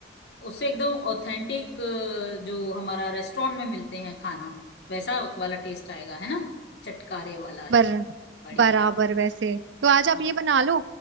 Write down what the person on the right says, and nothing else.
बर
बराबर वैसे तो आज आप
ये बना लो